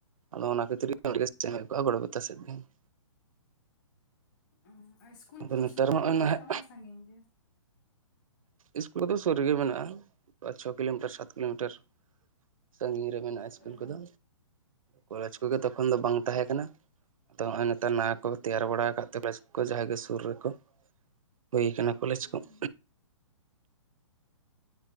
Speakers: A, on the right; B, on the left.
A: ᱟᱫᱚ ᱚᱱᱟ ᱠᱷᱟᱹᱛᱤᱨ ᱜᱮ <unintelligible> ᱥᱮᱱ ᱦᱩᱭᱠᱚᱜ-ᱟ ᱜᱚᱲᱵᱮᱛᱟ ᱥᱮᱫ ᱜᱮ ᱾
B: ᱚᱸ ᱟᱨ ᱤᱥᱠᱩᱞ
A: ᱟᱫᱚ
B: ᱠᱚᱫᱚ
A: ᱱᱮᱛᱟᱨ
B: ᱥᱩᱨ ᱨᱮ
A: ᱢᱟ ᱱᱚᱜᱼᱚᱭ
B: ᱢᱮᱱᱟᱜ-ᱟ
A: ᱱᱟᱦᱟᱜ
B: ᱥᱮ ᱚᱱᱟ ᱦᱚᱸ ᱥᱟᱺᱜᱤᱧ ᱜᱮᱭᱟ?
A: ᱤᱥᱠᱩᱞ ᱠᱚᱫᱚ ᱥᱩᱨ ᱨᱮᱜᱮ ᱢᱮᱱᱟᱜᱼᱟ, ᱯᱟᱸᱪ ᱪᱷᱚ ᱠᱤᱞᱳᱢᱤᱴᱟᱨ ᱥᱟᱛ ᱠᱤᱞᱳᱢᱤᱴᱟᱨ ᱾ ᱥᱟᱺᱜᱤᱧ ᱨᱮ ᱢᱮᱱᱟᱜ-ᱟ ᱥᱠᱩᱞ
B: ᱦᱩᱸ
A: ᱠᱚᱫᱚ, ᱠᱚᱞᱮᱡᱽ ᱠᱚᱜᱮ ᱛᱚᱠᱷᱚᱱ ᱫᱚ ᱵᱟᱝ ᱛᱟᱦᱮᱸ ᱠᱟᱱᱟ ᱾ ᱛᱚ ᱦᱚᱸᱜ-ᱚᱭ ᱱᱮᱛᱟᱨ ᱱᱟᱣᱟ ᱠᱚ ᱛᱮᱭᱟᱨ
B: ᱦᱩᱸ
A: ᱵᱟᱲᱟ ᱟᱠᱟᱫ ᱛᱮᱠᱚ ᱡᱟᱦᱟᱸᱭ ᱜᱮ ᱥᱩᱨ ᱨᱮᱠᱚ ᱦᱩᱭ ᱟᱠᱟᱱᱟ ᱠᱚᱞᱮᱡᱽ
B: ᱦᱩᱸ
A: ᱠᱚ ᱾